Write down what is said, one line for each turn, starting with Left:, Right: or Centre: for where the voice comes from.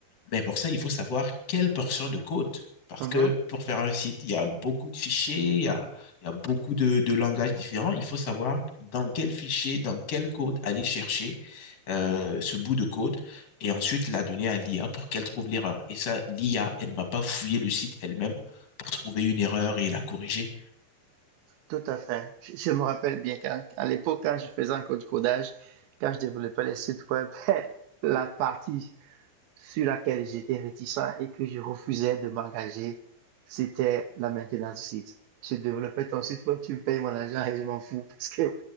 Left: Mais pour ça, il faut savoir quelle portion de code. Parce
Right: Mmh.
Left: que pour faire un site, il y a beaucoup de fichiers, il y a, il y a beaucoup de, de langages différents. Il faut savoir dans quel fichier, dans quel code aller chercher euh, ce bout de code et ensuite la donner à l'IA pour qu'elle trouve l'erreur. Et ça, l'IA, elle ne va pas fouiller le site elle-même pour trouver une erreur et la corriger.
Right: Tout à fait. Je, je me rappelle bien qu'à l'époque, quand je faisais encore du codage, quand je développais les sites web, <laughs> la partie sur laquelle j'étais réticent et que je refusais de m'engager, c'était la maintenance du site. Je développais ton site toi tu me payes mon argent et je m'en fous parce que